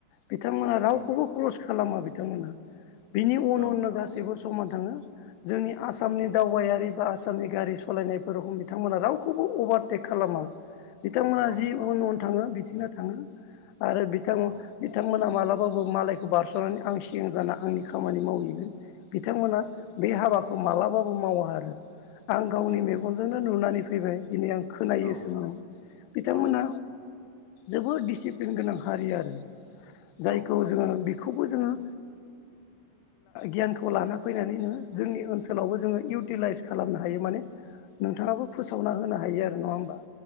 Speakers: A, on the left (about 85°); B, on the right (about 65°).
A: बिथांमोना रावखौबो
B: उम
A: क्रस खालामा बिथांमोना बिनि उन
B: औ
A: उननो गासैबो समान थाङो जोंनि आसामनि
B: उम
A: दावबायारि बा आसाम नि गारि सालायनायफोरखौ बिथांमोना रावखौबो अभारटेक खालामा। बिथांमोना
B: औ
A: जि उन उन थाङो बिथिंनो थाङो आरो बिथां
B: औ
A: बिथांमोना मालाबाबो मालायखौ बारस'नानै आं सिगां जाना आंनि खामानि मावहैगोन बिथांमोना बे हाबाखौ मालाबाबो मावा आरो आं गावनि
B: नंगौ
A: मेगनजोंनो नुनानै फैबाय दिनै आं खोनायोसोमोन
B: औ
A: बिथांमोना
B: औ औ
A: जोबोद डिसिप्लिन गोनां हारि आरो जायखौ
B: औ
A: जोङो बेखौबो जोङो गियानखौ लाना फैनानै नोङो जोंनि ओनसोलावबो जोङो इउटिलाइस खालामनो हायो माने नोंथाङाबो फोसावना होनो हायो आरो नङा होमबा